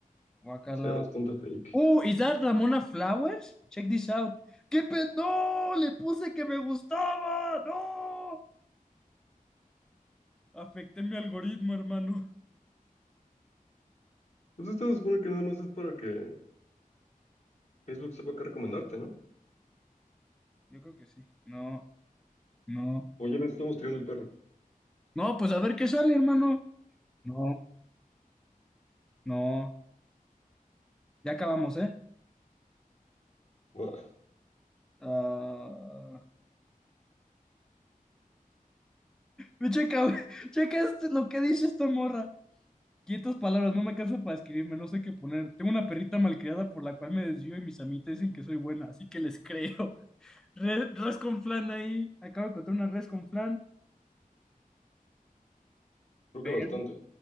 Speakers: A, in the centre; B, on the left (about 50°).
A: Guacala.
B: Se ve bastante fake.
A: Oh, is that Ramona Flowers? Check this out. ¡Qué pe... ¡No! Le puse que me gustaba. ¡No! Afecté mi algoritmo, hermano.
B: Pues esto se supone que nada más es para que Facebook sepa qué recomendarte, ¿no?
A: Yo creo que sí. No, no.
B: O ya le estamos tirando el perro.
A: No, pues a ver qué sale, hermano. No, no. Ya acabamos, ¿eh?
B: Buah,
A: Ah, Ve, Checa, <laughs> checa este, lo que dice esta morra. 500 palabras, no me cansa para escribirme, no sé qué poner. Tengo una perrita malcriada por la cual me desvío y mis amitas dicen que soy buena, así que les creo. Re- res con flan ahí. Acabo de encontrar una res con flan,
B: creo
A: pero,
B: que bastante.